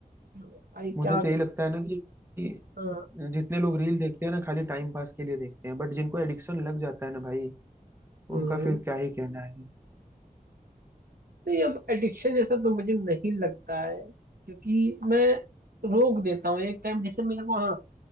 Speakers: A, on the right (about 80°); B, on the right (about 15°).
A: भाई
B: मुझे
A: क्या
B: तो यही लगता है ना कि कि
A: हाँ
B: जितने लोग रील देखते हैं ना खाली टाइम पास के लिए देखते हैं बट जिनको एडिक्शन लग जाता है ना भाई तो
A: हम्म
B: उनका फिर क्या ही कहना है
A: नहीं अब एडिक्शन जैसा तो मुझे नहीं लगता है क्योंकि मैं रोक देता हूँ एक टाइम जैसे मेरे को हाँ